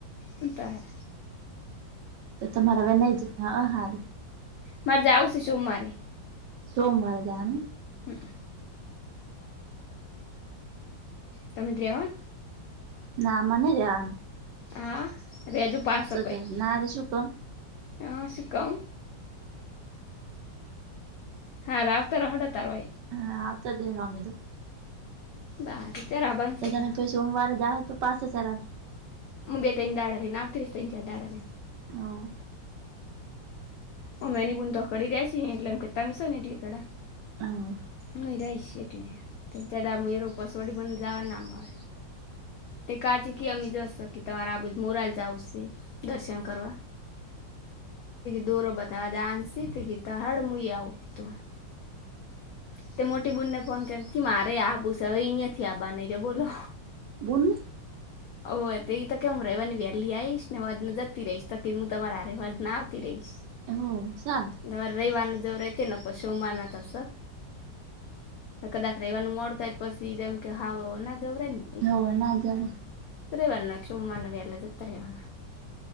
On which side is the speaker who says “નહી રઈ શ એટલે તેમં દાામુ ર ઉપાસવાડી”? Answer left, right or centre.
Left